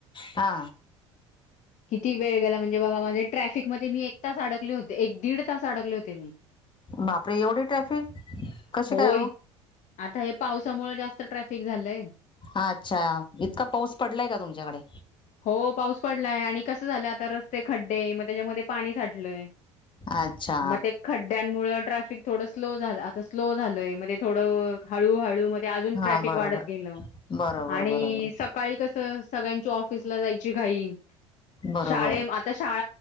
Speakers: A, on the left; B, on the left.
A: हा
B: किती वेळ गेला म्हणजे बघा माझे ट्रॅफिक मध्ये मी एक तास अडकले होते, एक दीड तास अडकले होते, मी
A: बापरे एवढी ट्रॅफिक कशी
B: होय
A: काय हो?
B: आता हे पावसामुळ जास्त ट्रॅफिक झालंय.
A: हा अच्छा! इतका पाऊस पडलाय का तुमच्याकडे
B: हो पाऊस पडलाय आणि कसं झालं आता रस्ते खड्डे मग त्याच्यामध्ये पाणी साठलंय
A: अच्छा
B: मग ते खड्ड्यांमुळ ट्रॅफिक थोड स्लो झा आता स्लो झालंय म थोडं हळू, हळू अजून
A: हा
B: ट्रफिक
A: बरोबर
B: वाढत गेलं
A: बरोबर
B: आणि
A: बरोबर
B: सकाळी कस सगळ्यां ऑफ औफिसला जायचे घाई
A: बरोबर
B: शाळे आता शाळे